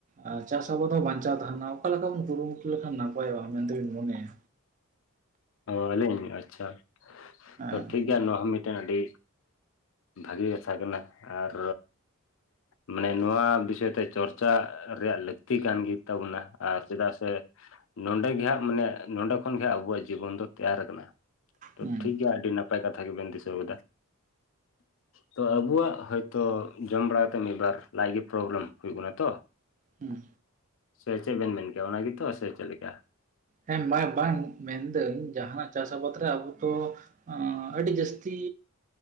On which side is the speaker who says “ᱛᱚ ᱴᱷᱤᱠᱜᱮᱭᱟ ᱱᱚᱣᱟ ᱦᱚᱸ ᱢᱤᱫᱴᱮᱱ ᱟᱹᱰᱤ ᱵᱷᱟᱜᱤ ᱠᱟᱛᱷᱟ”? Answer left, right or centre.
Left